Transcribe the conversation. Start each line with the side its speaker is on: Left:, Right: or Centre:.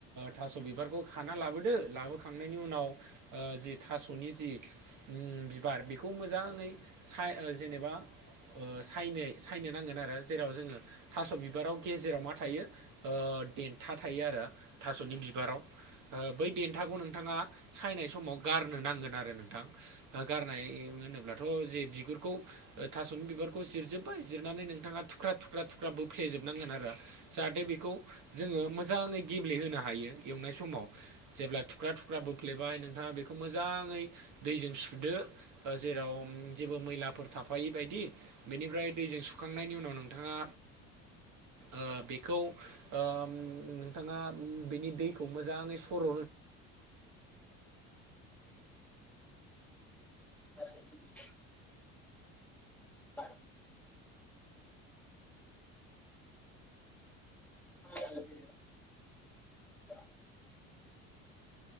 Right: थास' बिबारखौ खाना लाबोदो लाबोखांनायनि उनाव जि थास'नि जि बिबार बे खौ मोजाङै साय ओ जेनेबा ओ सायनाय सायनो नांगोन आरो जेराव जोङो थास' बि बाराव गेजेराव मा थायो ओ देन्था थायो आरो थास'नि बिबाराव ओ बै देन्थाखौ नोंथाङा सायनाय समाव गारनो नांगोन आरो नोंथां। गारनाय होनोब्लाथ' जे बिगुरखौ थास'नि बिबारखौ जिरजोब्बाय जिरनानै नोंथाङा थुख्रा थुख्रा थुख्रा बो फ्लेजोबनांगोन आरो जाहाथे बेखौ जोङो मोजाङै गेब्लेहोनो हायो एवनाय समाव जेब्ला थुख्रा थुख्रा बोफ्लेबाय नोंथाङा बेखौ मोजाङै दैजों सुदो जेराव जेबो मैलाफोर थाफायि बायदि बेनिफ्राय दैजों सुखांनायनि उनाव नोंथाङा ओ बेखौ ओम नोंथाङा बेनि दैखौ मोजाङै सर'
Centre: <inaudible> <inaudible> <inaudible>